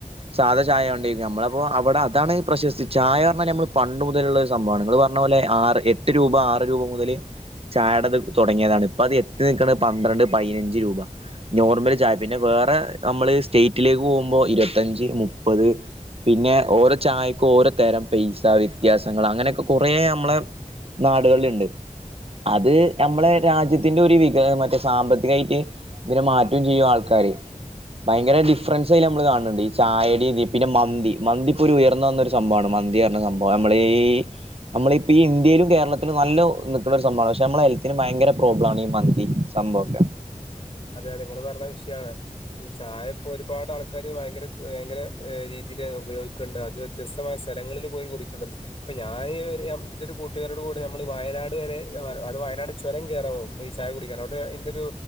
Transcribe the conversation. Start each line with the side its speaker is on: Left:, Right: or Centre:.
Right: സാധാ ചായണ്ട നമ്മളപ്പോൾ അവിടെ അതാണ് പ്രശസ്തി ചായ പറഞ്ഞാൽ നമ്മൾ പണ്ട് മുതലുള്ള സംഭമാണ് നിങ്ങാ പറഞ്ഞ പോലെ ആറ് എട്ട് രൂപ ആറ് രൂപ മുതൽ ചായയുടെ അത് തുടങ്ങിയതാണ് ഇപ്പ അത് എത്തി നിൽക്കണ പന്ത്രണ്ട് പതിനഞ്ച് രൂപ നോർമല് ചായ പിന്നെ വേറെ നമ്മള് സ്റ്റേറ്റിലേക്ക് പോകുമ്പോൾ ഇരുപത്തഞ്ച് മുപ്പത് പിന്നെ ഓരോ ചായക്കും ഓരോ തരം പൈസ വ്യത്യാസം ങ്ങൾ അങ്ങനൊക്കെ കുറെ നമ്മളെ നാടുകളിലിണ്ട് അത് നമ്മളെ രാജ്യത്ത് ഇത്തിന്റെ വികാരം മറ്റേ സാമ്പത്തികമായിട്ട് ഇതിനെ മാറ്റം ചെയ്യും ആൾക്കാര് ഭയങ്കര ഡിഫറൻസ്യ നമ്മള് കാണുന്നുണ്ട് ഈ ചായയുടെ പിന്നെ മന്തി മന്തിപ്പോ ഒരു ഉയർന്നു വന്ന ഒരു സംഭവമാണ് മന്തി പറഞ്ഞ സംഭവ നമ്മളെ നമ്മള് നമ്മളിപ്പ ഈ ഇന്ത്യയിലും കേരളത്തിലും നല്ല നിക്കുന്ന ഒരു സംഭവമാണ് പക്ഷെ നമ്മുടെ ഹെൽത്തിന് ഭയങ്കര പ്രോബ്ലംണ് ഈ മന്തി സംമ്പോക്കെ
Left: അതെ അതെ നിങ്ങളൾ പറഞ്ഞ വിഷയമാണ് ഈ ചായ ഇപ്പോ ഒരുപാട് ആൾക്കാര് ഭയങ്കര ഭയങ്കര രീതിയില് ഉപയോഗിക്കുന്നുണ്ട് അത് വ്യത്യസ്തമായ സ്ഥലങ്ങളിൽ പോയി കുടിക്കുന്നുണ്ട് ഇപ്പൊ ഞാൻ എന്റെ ഒരു കൂട്ടുകാരോട് കൂടി നമ്മള് വയനാട് വരെ അത് വയനാട് ചുരം കയറാൻ പോ ഈ ചായ കുടിക്കാൻ അവിടെ എൻ്റൊരു